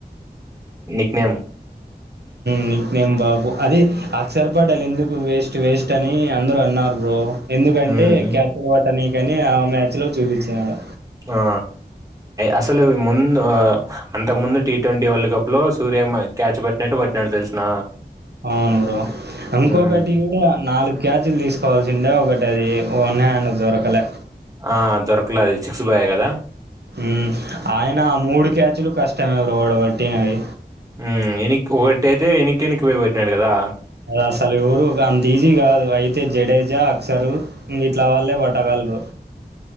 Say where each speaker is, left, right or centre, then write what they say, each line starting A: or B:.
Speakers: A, on the right; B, on the right.
A: నెం
B: నీక్నేం బాబు అద అక్సర్ పటేల్ ఎందుకు వేస్ట్ వేస్ట్ అని అందరు అన్నారు బ్రో ఎందుకంటే
A: మ్మ్
B: క్యాపిటెల్ అనీ కాని ఆ మ్యాచ్ లో చూపించాడు
A: ఆ అసలు ముందు అంతకు ముందు టీ ట్వంటీ వరల్డ్ కప్ లో సూర్య క్యాచ్ పట్టినట్టు పట్నాడు తెలిసిన
B: ఆ బ్రో ఇంకొకటి
A: మ్మ్
B: కూడా నాలు క్యాచ్ లు తీసుకోవాల్సిందే ఒకటి అది ఓన్నన్న దొరకలే
A: ఆ దొరకలే అది సిక్స్ బాయ కదా
B: ఉ ఆయన మూడు క్యాచ్లు కష్టమ ఎవరుడు పట్టినవి
A: ఊ ఎనిక్కి ఒగటయితే ఎనిక్కి ఎనిక్కి పోయి పట్టినాడు కదా
B: దాసలు అంతీసి జడేజా అక్సరు ఇ ఇట్లా వాళ్ళే పట్టగళ్రు